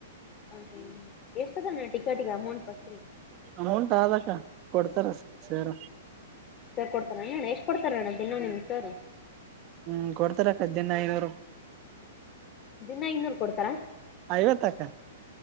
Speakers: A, on the left (about 35°); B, on the right (about 40°).
A: ಹ ಹ್ಮ್ ಎಷ್ಟದಾನ ಟಿಕೆಟಿಗೆ ಅಮೌಂಟ್ ಬಕಿ
B: ಅಮೌಂಟ್ ಆದಕ್ಕ ಕೊಡ್ತಾರ ಸೇರ
A: ಸರ್ ಕೊಡ್ತಾರ್ಣ ಎಷ್ಟು ಕೊಡ್ತಾರ ಅಣ್ಣ ಬೆನ್ನ ನಿಮ್ ಸರ್
B: ಹ್ಮ್ ಕೊಡ್ತಾರ ಕದ್ದಿನ ಐನೂರು
A: ದಿನಾ ಇನ್ನೂರು ಕೊಡ್ತಾರ.
B: ಐವತ್ತಕ್ಕ